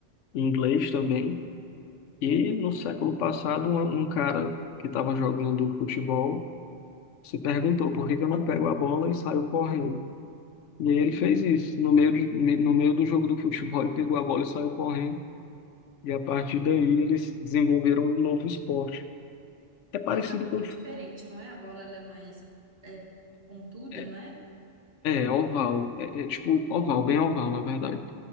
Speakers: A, on the left; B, on the right.
A: inglês também. E no século passado, um, um cara que estava jogando futebol se perguntou por que que eu não pego a bola e saio correndo. E aí
B: uhum.
A: ele fez isso. No meio, de, no meio do jogo do futebol, ele pegou a bola e saiu correndo. E a partir daí eles desenvolveram um novo esporte. É parecido
B: Mas a bola
A: com.
B: é diferente, não é? A bola, ela é mais é, pontuda,
A: É,
B: não é?
A: é oval. É, é tipo oval, bem oval, na verdade.